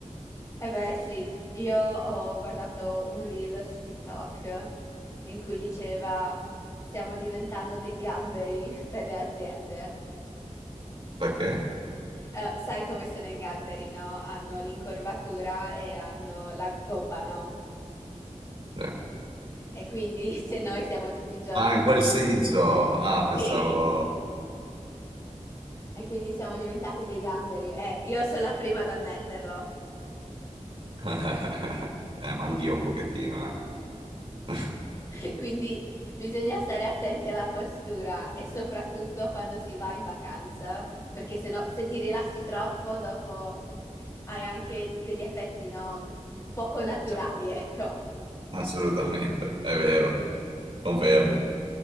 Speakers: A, on the left; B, on the right.
A: E beh, sì, io ho guardato un reel su TikTok in cui diceva stiamo diventando dei gamberi <laughs> per le aziende.
B: Perché?
A: Eh, sai come sono i gamberi, no? Hanno l'incorvatura e hanno la gobba, no?
B: Cioè,
A: E quindi <laughs> se noi siamo tutti i giorni
B: Ah, in quel senso. Ah, pensavo...
A: Sì. <laughs> E quindi siamo diventati dei gamberi. Eh, io sono la prima ad ammetterlo.
B: <laughs> Eh, ma anch'io un pochettino, eh. <laughs>
A: <laughs> Quindi bisogna stare attenti alla postura e soprattutto quando si va in vacanza, perché se no, se ti rilassi troppo, dopo hai anche degli effetti, no? Poco naturali,
B: Cioè,
A: ecco.
B: assolutamente, è vero, confermo.